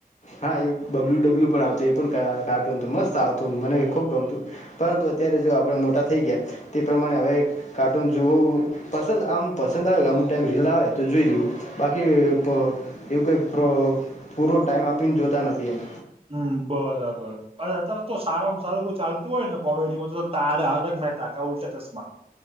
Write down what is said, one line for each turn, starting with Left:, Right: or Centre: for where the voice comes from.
Left: હા એ બબલુ-ડબલું પણ આવતું એ પણ કા કાર્ટૂન તો મસ્ત આવતું મને એ ખુબ ગમતું પરંતુ અત્યારે જો આપણેે મોટા થઈ ગ્યા તે પ્રમાણે અવે એક કાર્ટૂન જોવું-વું-વું પસંદ આમ પસંદ આવે અમુક ટાઈમ રીલ આવે તો જોઈ લેવું બાકી એ-એ-એતો એવું કંઈ પ્ર પુરો ટાઈમ આપીને જોતા નથી એમ
Right: હમ્મ બરાબર અ-અ-અત્યારે તો સારમ સારું કોઈ ચાલતું ઓય ને કોમેડી માં તો તારક-મહેતા કા ઉલતા તશ્માં